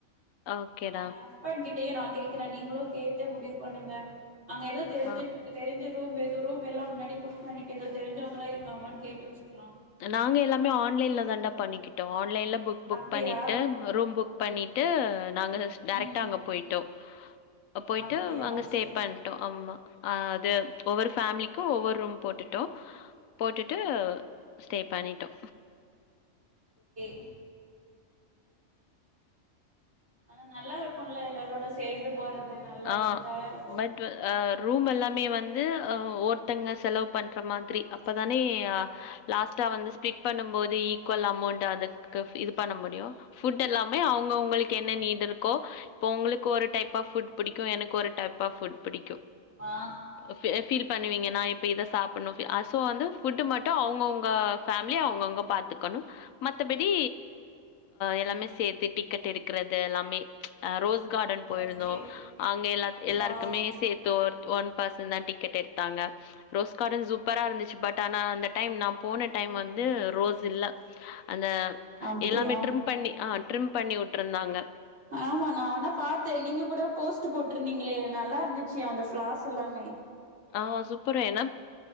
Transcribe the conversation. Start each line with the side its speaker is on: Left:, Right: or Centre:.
Left: ஓகேடா.
Right: ஆ ஏனா ஸ்பெண்ட் கிட்டயு நா கேட்கிறே நீங்களு கேட்டு முடிவு பண்ணுங்க அங்க ஏதோ தெரிஞ்சு
Left: ஆ
Right: தெரிஞ்ச ரூம் எது ரூம் எல்லா முன்னாடி புக் பண்ணிட்டு ஏதோ தெரிஞ்சவங்களா இருக்காங்களான்னு கேட்டு வச்சுக்கலா
Left: நாங்க எல்லாமே ஆன்லைன்ல தான்டா பண்ணிக்கிட்டோ ஆன்லைன்ல புக் புக்
Right: அப்டியா
Left: பண்ணிட்டு ரூம் புக் பண்ணிட்டு நாங்க டைரக்டா
Right: ம்
Left: அங்க போயிட்டோ போய்ட்டு
Right: அப்டியா
Left: அங்க ஸ்டே
Right: சேரி
Left: பண் ஆமா அது ஒவ்வொரு பேமிலிக்கு ஒவ்வொரு ரூம் போட்டுட்டோ போட்டுட்டு ஸ்டே பண்ணிட்டோ
Right: ஹேய் ஆனா நல்லா இருக்கும்ல எல்லாரோட சேந்து போறது நல்லா
Left: ஆ
Right: என்ஜாயா இருக்கும்
Left: பட் அ ரூம் எல்லாமே வந்து அ ஒருத்தங்க செலவு பண்ற மாதிரி அப்பதானே அ லாஸ்ட்டா வந்து ஸ்பிளிட் பண்ணம் போது ஈக்குவல் அமௌண்ட் அதுக்கு இது பண்ண முடியு ஃபுட் எல்லாமே அவங்க
Right: ஆமா
Left: அவுங்களுக்கு
Right: அதுல
Left: என்ன
Right: க-
Left: நீடு இருக்கோ இப்போ உங்களுக்கு ஒரு டைப் ஆஃப் ஃபுட் புடிக்கும் எனக்கு ஒரு டைப் ஆப் ஃபுட் புடிக்கும்
Right: ஆமா
Left: ஃபி ஃபீல் பண்ணுவீங்கன்னா இத சாப்பிடணு சோ வந்து ஃபுட்டு் மட்டு அவங்கவுங்க ஃபேமிலிய அவங்கவங்க பாத்துக்கணும் மத்தபடி எல்லாமே சேத்து டிக்கெட் எடுக்கிறது எல்லாமே ரோஸ் கார்டன் போயிருந்தோ
Right: ஓகே
Left: அங்க எல்லா எல்லாருக்குமே
Right: வாவ்
Left: சேத் தோ ஒன் பர்சன் தா டிக்கெட் எடுத்தாங்க ரோஸ் கார்டன் சூப்பரா இருந்துச்சு பட் ஆனா அந்த டைம் நா போன டைம் வந்து ரோஸ் இல்ல அந்த
Right: அப்டியா
Left: எல்லாமே ட்ரிம் பண்ணி ஆ ட்ரிம் பண்ணி விட்டுருந்தாங்க
Right: ஆமா நா ஒன்னா பார்த்தே நீங்க கூட போஸ்ட் போட்டிருந்தீங்களே நல்லா இருந்துச்சு அந்த ஃப்ளாஸ் எல்லாமே
Left: ஆ சூப்பரு ஏனா